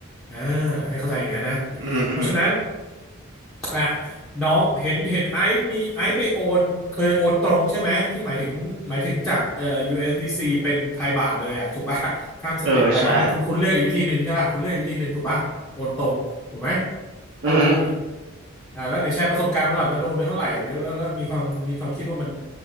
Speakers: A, in the centre; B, on the right.
A: อ่าให้เข้าใจอย่างนั้นนะ
B: อือฮึอือฮึ
A: เพราะฉะนั้นอ่ะน้องเห็นเห็นไอซ์มีไอซ์ไปโอนเคยโอนตรงใช่ไหมที่หมายถึงหมายถึงจากเอ่อ USDC เอสดีซีเป็นไทยบาทเลยอ่ะถูกป่ะข้ามสเต็ปไปใช่ไหมคุณคุณเลือกอีกวิธีหนึ่งใช่ป่ะคุณเลือกอีกวิธีหนึ่งถูกป่ะโอนตรงถูกไหม
B: เออใช่
A: เท่าที่
B: อือฮึ
A: อ่าแล้วไหนแชร์ประสบการณ์มาก่อนแล้วโดนไปเท่าไหร่หรือแล้วแล้วมีความมีความคิดว่ามัน